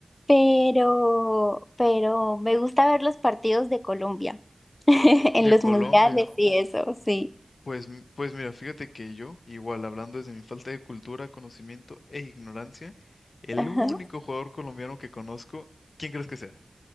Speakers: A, on the left; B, on the left.
A: pero, pero me gusta ver los partidos de Colombia <laughs> en
B: de
A: los
B: Colombia.
A: mundiales y eso, sí.
B: Pues, m- pues mira, fíjate que yo, igual hablando desde mi falta de cultura, conocimiento e ignorancia, el
A: Ajá.
B: único jugador colombiano que conozco, ¿quién crees que sea?